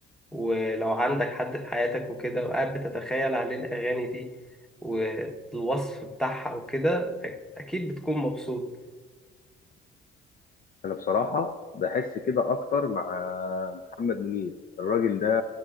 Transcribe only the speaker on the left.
انا بصراحه بحس كده اكتر مع محمد منير الراجل ده